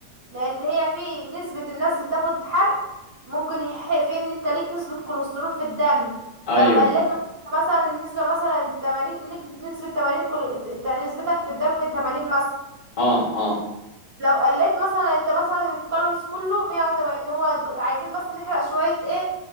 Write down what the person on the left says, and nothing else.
ايوه
اه اه